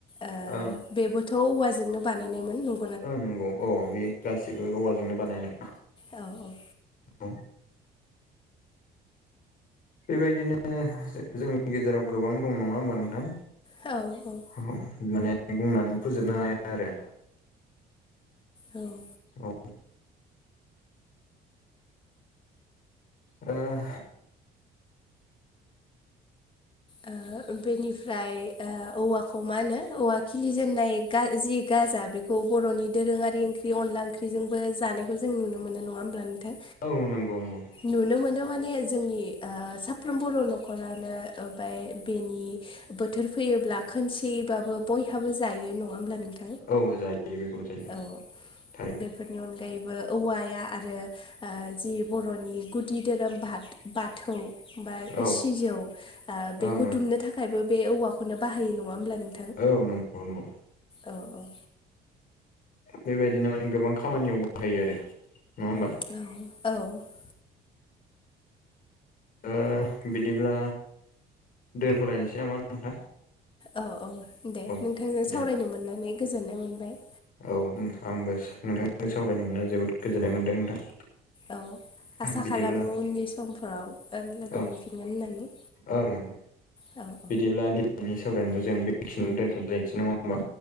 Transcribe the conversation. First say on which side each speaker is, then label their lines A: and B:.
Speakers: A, on the left; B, on the left.
A: ओ
B: औ
A: बेबोथ' औवाजोंनो बानायनायमोन नंगौ
B: ओं नंगौ औ बे गासिबो औवाजोंनो बानायनाय
A: औ औ
B: औ बेबायदिनो जोंनि गेजेराव गोबां दं नङा होमबा नोंथां
A: औ औ
B: औ माने बुंनानै फोजोबनो हाया आरो
A: औ औ
B: औ ओ ओह
A: ओ बेनिफ्राय ओ औवाखौ मा होनो औवा खिलिजेननाय गा जि गाजा बे औवाखौ बर'नि दोरोङारि ओंख्रि अनला ओंख्रिजोंबो जानायखौ जों नुनो मोनो नङा होमब्ला नोंथां
B: औ नंगौ नंगौ
A: नुनो मोनो माने जोंनि ओ साफ्रोम बर' न'खरानो ओमफ्राय बेनि बोथोर फैयोब्ला खोनसेयै बाबो बयहाबो जायो नङा होमब्ला नोंथां
B: औ जायो बेखौबो जायो
A: औ
B: थारैनो
A: बेफोरनि अनगायैबो औवाया आरो ओ जि बर'नि गुदि धोरोम बाद बाथौ बा
B: औ ओं
A: सिजौ बेखौ
B: ओं
A: दुमनो थाखायबो बे औवाखौनो बाहायो नङा होमब्ला नोंथां
B: औ नंगौ नंगौ
A: औ औ
B: बेबायदिनो माने गोबां खामानियाव बाहायो आरो नङा होमबा
A: औ औ
B: ओ बिदिब्ला दोनथ'लायनोसै नामा नोंथां
A: औ औ दे
B: औ
A: नोंथांजों
B: दे
A: सावरायनो मोननानै गोजोननाय मोनबाय
B: औ नोंथां आंबो नोंथांजों सावरायनो मोन्ना जोबोद गोजोननाय मोन्दों नोंथां
A: औ आसा
B: बिदिब्ला
A: खालामो उननि समफोराव लोगो
B: औ
A: मोनफिनगोन होननानै
B: ओं।
A: औ।
B: बिदिब्ला दिनैनि सावरायनायखौ जों बेखिनिनो दोनथ' लायसै नङा होमबा